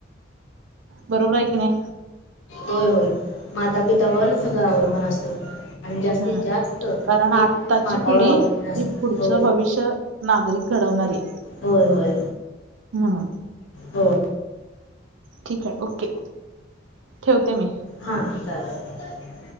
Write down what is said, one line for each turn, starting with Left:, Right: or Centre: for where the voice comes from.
Right: बरोबर हाय किणी?
Left: होय होय. माता पितावरच सगळं अवलंबून असतय. आणि जास्तीत
Right: हम्म
Left: जास्त
Right: कारण आत्ताची
Left: हे मातावर
Right: पिढी
Left: अवलंबून असत.
Right: ही पुढचं
Left: हो.
Right: भविष्य नागरिक घडवणारी.
Left: होय होय.
Right: म्हणून
Left: हो
Right: ठीक आहे ओके. ठेवते मी.
Left: हा चालत.